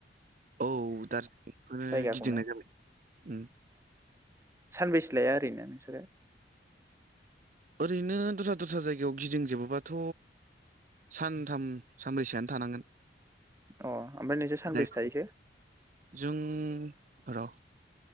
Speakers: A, on the right; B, on the right.
A: औ दारजिलिंखौनो
B: जायगाखौनो
A: गिदिंनाय जाबाय ओम।
B: सानबैसेलाया ओरैनो नोंसोरो?
A: ओरैनो दस्रा दस्रा जायगायाव गिदिं जोबोबाथ' सानथाम सानब्रैसोआनो थानांगोन।
B: अ ओमफ्राय नोंसोर सानबेसे
A: जायखौ
B: थाहैखो?
A: जों र'